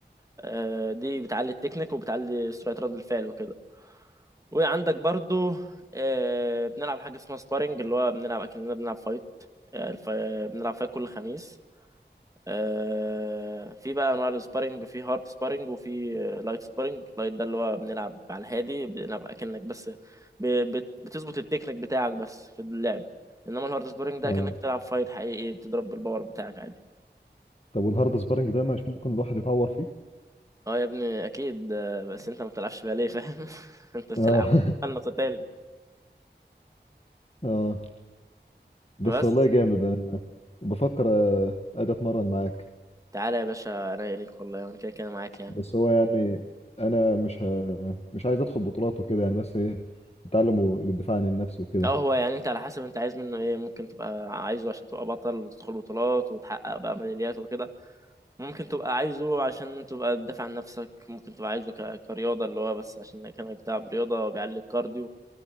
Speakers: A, on the right (about 20°); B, on the left (about 35°).
A: آه، دي بتعلي التكنيك وبتعلي سرعة رد الفعل وكده وعندك برضو آه، بنلعب حاجة اسمها سبارينج اللي هو بنلعب أكننا بنلعب فايت آه، الف- بنلعب فايت كل خميس آه، في بقى انواع السبارينج في هارد سبارينج وفي لايت سبارينج لايت ده اللي هو بنلعب على الهادي بنلعب اكنك بس ب- بت- بتظبط التكنيك بتاعك بس في اللعب انما الهارد سبارينج ده
B: اه
A: اكنك بتلعب فايت حقيقي بتضرب بالباور بتاعك عادي
B: طب والهارد سبارنج ده مش ممكن الواحد يتعور فيه
A: اه يا ابني اكيد آه، بس انت ما بتلعبش باليه فاهم <laughs> انت بتلعب
B: اه
A: فن قتالي
B: <laughs> اه بس
A: بس
B: والله جامد انا بفكر آه، اجي اتمرن معاك
A: تعالى يا باشا انا إيه ليك والله انا كده كده معاك يعني
B: بس هو يعني انا مش ه... مش عايز ادخل بطولات وكده يعني بس ايه اتعلم للدفاع عن النفس وكده
A: اه هو يعني انت على حسب انت عايز منه ايه ممكن تبقى عايزه عشان تبقى بطل وتدخل بطولات وتحقق بقى ميداليات وكده ممكن تبقى عايزه عشان تبقى بتدافع عن نفسك ممكن تبقى عايزه ك... كرياضة اللي هو بس عشان كانك بتاع رياضة وبيعلي الكارديو